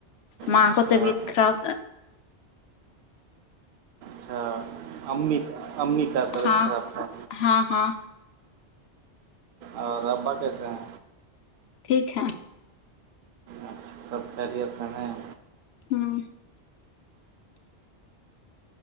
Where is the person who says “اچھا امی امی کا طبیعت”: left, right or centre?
Right